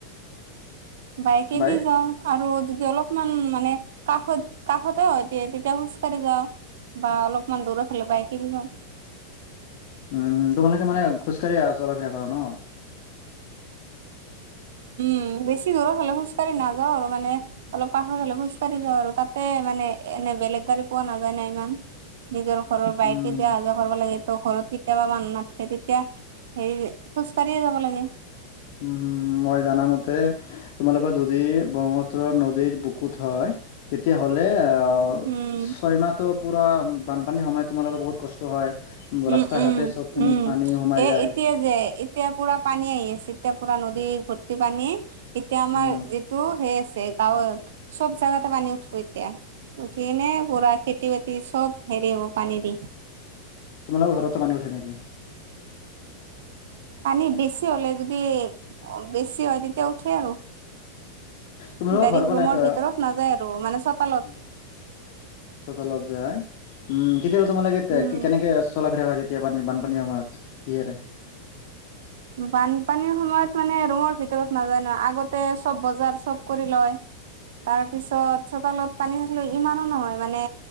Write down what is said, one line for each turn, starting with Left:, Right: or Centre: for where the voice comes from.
Right: বাইকেদি
Left: বাইক
Right: যাওঁ আৰু যদি অলপমান মানে। কাষত কাষতে হয়তি তেতিয়া খোজ কঢ়ি যাওঁ। বা অলপমান দূৰত হলে বাইকেদি যাওঁ
Left: <unintelligible> উম তোমালোকে মানে খোজকাঢ়ি অহা চলা ফুৰ কৰা ন
Right: উম বেছি দূৰৰ হ'লে খোজকাঢ়ি নাযাওঁ আৰু মানে অলপ কাষৰ হ'লে খোজ কঢ়ি যাওঁ আৰু তাতে মানে এনে বেলেগ গাড়ী পোৱা নাযায় ন ইমান নিজৰ ঘৰৰ বাইকে
Left: উম
Right: দিয়া অহা যোৱা কৰিব লাগে ঘৰত কেতিয়াবা মানুহ নাথাকে তেতিয়া হে খোজ কঢ়িয়ে যাব লাগে
Left: উম হম মই জানামতে তোমালোকৰ যদি ব্ৰহ্মপুত্ৰ নদীৰ বুকুত হয় তেতিয়া হ'লে অহ।
Right: উম।
Left: ছয়মাহটো পোৰা বানপানীৰ সময়ত তোমালোকে বহুত কষ্ট হয় ৰাস্তা
Right: উম উম
Left: ঘাটে চবখিনি
Right: উম
Left: পানী সোমাই
Right: এ
Left: যায়
Right: এতিয়া যে এতিয়া পোৰা পানী আহি আছে এতিয়া পোৰা নদী ভৰ্তি পানী এতিয়া আমাৰ
Left: উম,
Right: যিটো সেই গাঁৱৰ চব জাগাতে পানী উঠিব এতিয়া উঠিনে পোৰা খেতি বাতি চব হেৰি হ'ব পানী দি
Left: তোমাল ঘৰতত পানী উঠা নেকি
Right: পানী বেছি হলে যদি বেছি হয় তেতিয়া উঠে আৰু
Left: তোমাৰ লোকৰ
Right: ডাইৰেক্ট
Left: ঘৰখন বনাই
Right: ৰুমৰ ভিতৰত
Left: আছো
Right: নাযায় আৰু মানে চোতালত
Left: সত লত্জ উম কতিয় ব তোমালাগে
Right: উম।
Left: কেনেকে চোলা ফিৰা <unintelligible> এতিয়া বা পানী বানপানী সময়ত কিৰে
Right: বানপানীৰ সময়ত মানে ৰুমৰ ভিতৰত নাযায় ন আগতে চব বজাৰ চব কৰি লয় তাৰপিছত চোতালত পানী থাকিলে ইমানো নহয় মানে